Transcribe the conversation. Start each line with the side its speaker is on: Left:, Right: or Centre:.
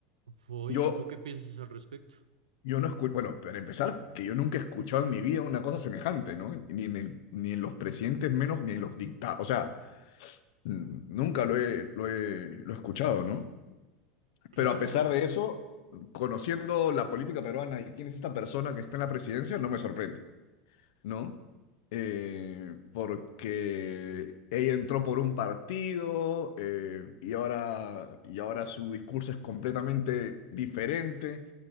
Right: oye,
Left: Yo
Right: ¿y tú qué piensas al respecto?
Left: Yo no escucho, bueno, para empezar, que yo nunca he escuchado en mi vida una cosa semejante, ¿no? Ni en el, ni en los presidentes menos, ni en los dictados. O sea, n- nunca lo he, lo he, lo he escuchado, ¿no?
Right: Claro.
Left: Pero a pesar de eso, conociendo la política peruana y quién es esta persona que está en la presidencia, no me sorprende. ¿no? Eh, porque ella entró por un partido eh, y ahora, y ahora su discurso es completamente diferente.